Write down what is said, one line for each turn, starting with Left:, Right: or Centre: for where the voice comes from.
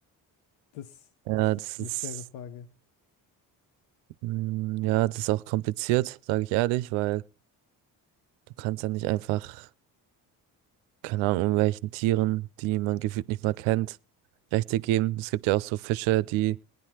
Left: Das,
Right: Ja,
Left: das ist
Right: das
Left: eine
Right: ist,
Left: schwere Frage.
Right: mm, ja, das ist auch kompliziert, sage ich ehrlich, weil du kannst ja nicht einfach, keine Ahnung, welchen Tieren, die man gefühlt nicht mal kennt, Rechte geben. Es gibt ja auch so Fische, die